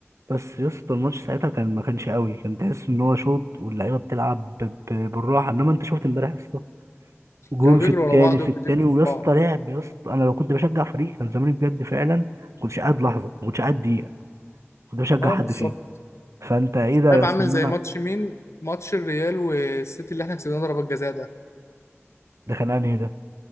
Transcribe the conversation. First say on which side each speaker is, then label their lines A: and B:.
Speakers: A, on the right; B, on the left.
A: بس يا اسطى الماتش ساعتها كان ما كانش قوي كان تحس ان هو شوط واللعيبه بتلعب ب- ب- بالراحه انما انت شفت امبارح يا اسطى جول
B: كانوا بيجروا
A: في التاني
B: ورا بعض
A: في
B: وبيدبوا
A: التاني ويا
B: في
A: اسطى
B: بعض
A: لعب يا اسطى انا لو كنت بشجع فريق كان زماني بجد فعلا ما كنتش قاعد لحظه ما كنتش قاعد دقيقه كنت بشجع
B: اه
A: حد
B: بالظبط
A: فيهم فانت ايه ده
B: عارف
A: يا
B: عامل
A: اسطى ان
B: زي
A: انا
B: ماتش مين ماتش الريال والسيتي اللي احنا كسبناه ضربات جزاء ده
A: ده كان انهي ده